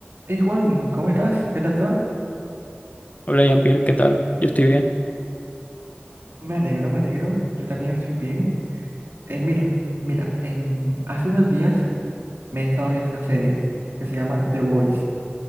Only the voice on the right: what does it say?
Hey Juan, ¿cómo estás? ¿Qué tal te va?
Me alegro, me alegro. Yo también estoy bien. Eh, mira, mira, em, hace unos días me he estado viendo una serie que se llama The Voice